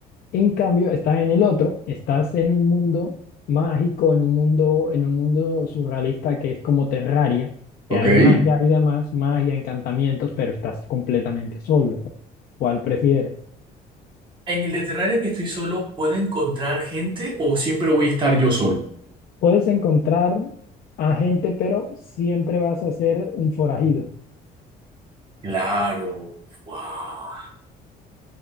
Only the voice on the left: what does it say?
En cambio, estás en el otro, estás en un mundo mágico, en un mundo, en un mundo surrealista que es como Terraria,
que hay magia y demás, magia, encantamientos, pero estás completamente solo. ¿Cuál prefieres?
Puedes encontrar a gente, pero siempre vas a ser un forajido.